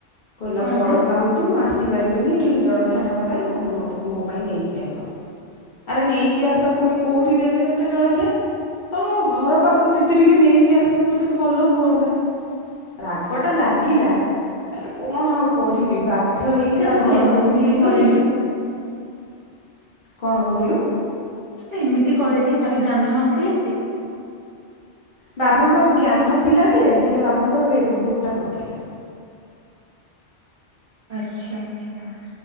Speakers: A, on the left; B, on the right.
A: କହିଲା
B: କଣ
A: ବରସା
B: ପାଇଁ?
A: ହଉଛି ମୁଁ ଆସିପାରିବିନି ଜଳଖିଆ ନେବା ପାଇଁ ତମେ ମତେ ମୋ ପାଇଁ ନେଇକି ଆସ, ଆରେ ନେଇକି ଆସ ପୁଣି କୋଉଠି ଦେବି ତତେ ଜଳଖିଆ, ତ ଘର ପାଖକୁ ଦିଦି ଟିକେ ନେଇକି ଆସିବ ଯଦି ଭଲ ହୁଅନ୍ତା, ରାଗଟା ଲାଗିଲା ହେଲେ କଣ ଆଉ କରିବି ବା ଧ୍ୟ ହେଇକି
B: ସେ
A: ତା
B: ତ
A: ଘର
B: କେବେ
A: ପାଖକୁ
B: ଏମିତି
A: ନେଇକି
B: କରେନି
A: ଗଲି କଣ କହିଲୁ,
B: ସେ ତ ଏମିତି କରେନି ତାର ଯାନ ନଥିଲ କି,
A: ବାବୁଙ୍କ ଜ୍ଞାନ ଥିଲା ଯେ ହେଲେ ବାବୁଙ୍କର ରେନ୍ କୋଟ୍ ଟା ନଥିଲା,
B: ଆଚ୍ଛା-ଆଚ୍ଛା,